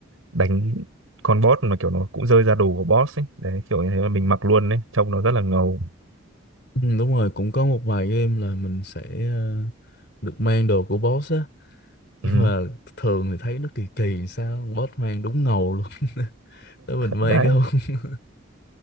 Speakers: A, on the right; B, on the left.
A: đánh con boss mà kiểu nó cũng rơi ra đồ của boss ấy đấy kiểu như thế mà mình mặc luôn đấy trông nó rất là ngầu
B: ừ, đúng rồi cũng có một vài game là mình sẽ ờ, được mang đồ của boss á nhưng
A: ừ
B: mà thường thì thấy nó kỳ kỳ sao boss mang đúng ngầu luôn <laughs> tới mình
A: đấy
B: mang cái không <laughs>